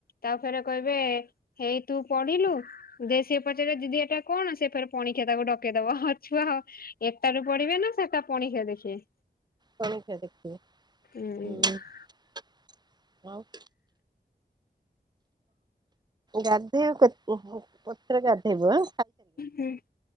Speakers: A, on the left (about 60°); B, on the right (about 25°).
A: ତା ଫେରେ କହିବେ ହେଇ ତୁ ପଢିଲୁ ଦେ ସିଏ ପଚାରିବ ଦିଦି ଏଟା କଣ? ସେ ଫରେ ପଣିକିଆ ତାକୁ ଡକେଇଦବ। ଛୁଆ ହ ଏଟାରୁ ପଢିବେ ନା ସେଟା ପାଣିଖିଆ ଦେଖିବେ?
B: ପଣିକିଆ ଦେଖିବେ
A: ହୁଁ
B: ହୁଁ ଆଉ ଗାଧେଇବ ପେ ଉ ଊ ପତ୍ର ଗାଧେଇବ।
A: ହୁଁ